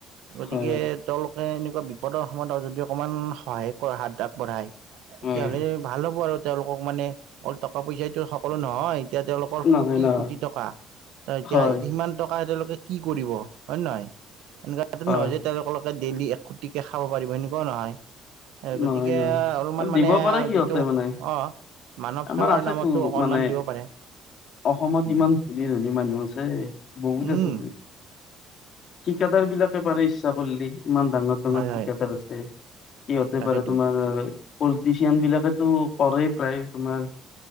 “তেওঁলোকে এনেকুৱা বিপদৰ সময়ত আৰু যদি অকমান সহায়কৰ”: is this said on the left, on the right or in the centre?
Right